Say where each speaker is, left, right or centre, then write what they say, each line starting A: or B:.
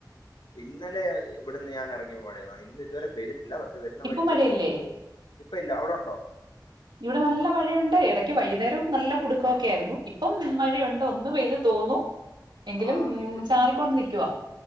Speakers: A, on the left (about 80°); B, on the right (about 85°).
A: ഇന്നലെ ഇവിടുന്ന് ഞാൻ ഇറങ്ങിയപ്പം മഴയാ ഇന്ന് ഇതുവരെ പെയ്തി ഇല്ല പക്ഷെ വരുന്ന
B: ഇപ്പം
A: വഴിക്കൊക്കെ
B: മഴയില്ലേ?
A: ഒണ്ടെന്നു തോന്നും ഇപ്പം ഇല്ല അവിടൊണ്ടോ
B: <inaudible> ഇവിടെ നല്ല മഴയൊണ്ട് ഇടയ്ക്ക് വൈകുന്നേരം നല്ല കുടുക്കം ഒക്കെ ആയിരുന്നു ഇപ്പം മഴയുണ്ട് ഒന്ന് പെയ്ത് തോന്നു എങ്കിലും
A: ആ
B: മ്മ്
A: ഇവി-
B: ചാറിക്കൊണ്ട് നിക്കുവാ